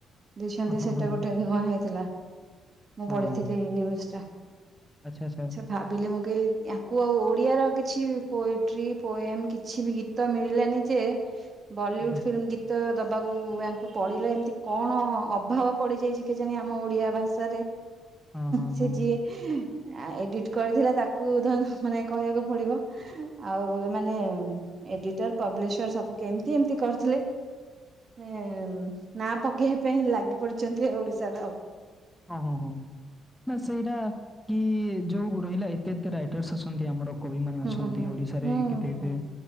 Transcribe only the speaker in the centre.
ହଁ ହଁ
ହଁ ହଁ।
ହଁ,
ଆଚ୍ଛା ଆଚ୍ଛା।
ଦେ
ହଁ ହଁ
ହଁ।
ଓ ହଁ ହୋ ନା ସେଇଟା କି ଯୋଉ ରହିଲା ଏତେ ଏତେ ରାଇଟର୍ସ ଅଛନ୍ତି ଆମର କବି ମାନେ
ଅଛନ୍ତି
ଓଡିଶାରେ
କେତେ କେତେ